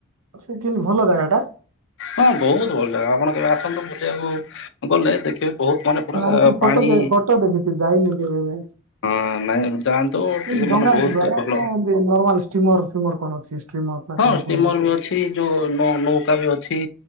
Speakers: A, on the right; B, on the left.
A: ସେ କେମତି ଭଲ ଜାଗା ଟା?
B: ହଁ ବହୁତ ଭଲ ଜାଗା ଆପଣ କେବେ ଆସନ୍ତୁ ବୁଲିବାକୁ ଗଲେ ଦେଖିବ ବହୁତ ମାନେ ପୁରା
A: ମୁଁ ଖାଲି ଫଟୋ
B: ପାଣି
A: ଫଟୋ ଦେଖିଛି ଯାଇନି କେବେ।
B: ହଁ ନାଇ ଯାଆନ୍ତୁ ଟିକେ
A: ଏଇ ଡଙ୍ଗାରେ
B: ମାନେ ବହୁତ
A: ଯିବାର
B: ଭଲ
A: ନା ଏମିତି ନର୍ମାଲ ଷ୍ଟିମର ଫିମର କଣ ଅଛି ଷ୍ଟ୍ରିମର ନା
B: ହଁ
A: କଣ କୁହନ୍ତି
B: ଟିମର ବି ଅଛି ଯୋଉନୋ ନୌକା ବି ଅଛି